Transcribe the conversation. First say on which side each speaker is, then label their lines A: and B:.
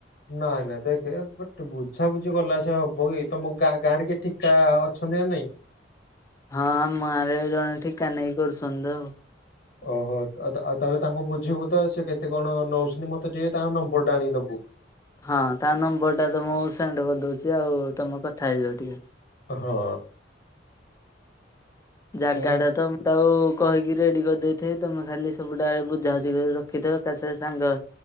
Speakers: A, on the left; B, on the left.
A: ନାଇଁ ନାଇଁ ଦେଖେ ବଟ ବୁଝାବୁଝି ଗଲା ସେ ହବ କି ତମ ଗାଁ ଗାଁ ରେ କିଏ ଠିକା ଅଛନ୍ତି ନା ନାଇଁ।
B: ହଁ ଆମ ଗାଁ ରେ ଜଣେ ଠିକା ନେଇ କରୁଛନ୍ତି ତ।
A: ଓହୋ ଆ ଆଉ ତାହେଲେ ତାଙ୍କୁ ବୁଝିବୁ ତ ସେ କେତେ କଣ ନଉଛନ୍ତି ମତେ ଟିକେ ତାଙ୍କ ନମ୍ବର୍ ଟା ଆଣିକି ଦବୁ।
B: ହଁ ତା ନମ୍ବର୍ ଟା ତମକୁ ସେଣ୍ଡ କରିଦଉଚି ଆଉ ତମେ କଥା ହେଇଯଅ ଟିକେ।
A: ହଁ।
B: ଜାଗାଟା
A: କାରଣ
B: ତ ତାକୁ କହିକି ରେଡି କରିଦେଇଥିବି ତମେ ଖାଲି ସବୁ ଡା ବୁଝାବୁଝି କରି ରଖିଥବ ଏକାଛକରେ ସାଙ୍ଗ